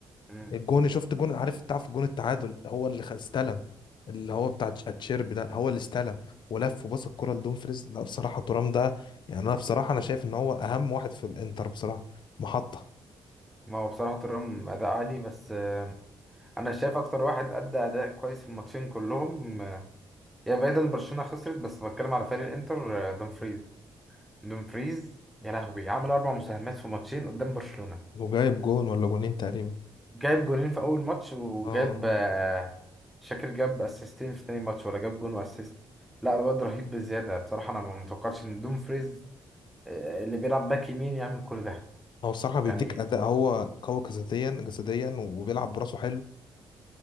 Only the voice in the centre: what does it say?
مم.
ما هو بصراحه ترام اداء عالي بس آه، انا شايف اكتر واحد ادى اداء كويس في الماتشين كلهم آه، يعني بعيدا عن برشلونه خسرت بس بتكلم على فريق الانتر آه، دومفريز دومفريز يا لهوي عمل اربع مساهمات في ماتشين قدام برشلونه
جايب جونين في اول ماتش وجاب
آه، شاكر جاب اسيستين في تاني ماتش ولا جاب جون واسيست لا الواد رهيب بزياده بصراحه انا ما متوقعتش ان دوم فريز آه، اللي بيلعب باك يمين يعمل كل ده
يعني